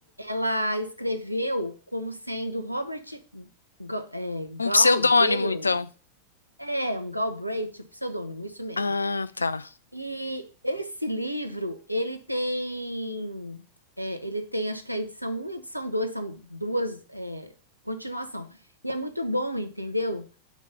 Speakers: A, on the right; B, on the left.
A: ela escreveu como sendo Robert Ga- é, Gal,
B: um pseudônimo,
A: Gale,
B: então.
A: é um Galbraith, o pseudônimo, isso mesmo.
B: Ah, tá.
A: E esse livro, ele tem, é, ele tem, acho que a edição um e a edição 2 são duas é, continuação. E é muito bom, entendeu?